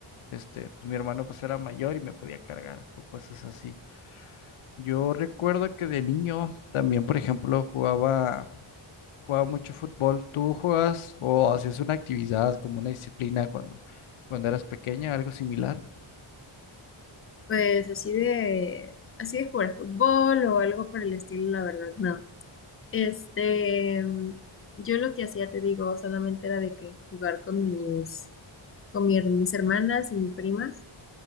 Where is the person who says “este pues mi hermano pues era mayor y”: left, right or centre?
Left